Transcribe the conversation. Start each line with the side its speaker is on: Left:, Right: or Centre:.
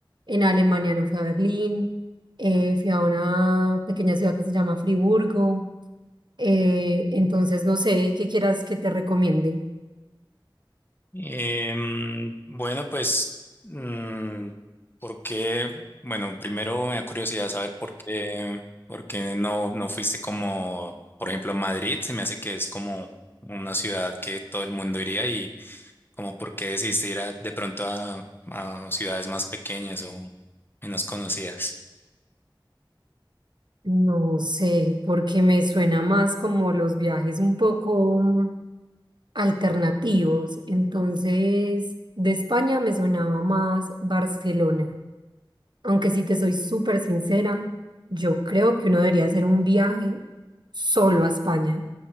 Right: en Alemania no fui a Berlín, eh, fui a una pequeña ciudad que se llama Friburgo. eh, entonces, no sé, ¿qué quieras que te recomiende?
Left: Em, bueno, pues, mm, ¿por qué? Bueno, primero me da curiosidad saber por qué, por qué no, no fuiste como, por ejemplo, a Madrid. Se me hace que es como una ciudad que todo el mundo iría y como por qué decidiste ir a- de pronto a, a ciudades más pequeñas o menos conocidas.
Right: No sé, porque me suena más como los viajes un poco mm, alternativos. Entonces, de España me sonaba más Barcelona. Aunque si te soy súper sincera, yo creo que uno debería hacer un viaje solo a España.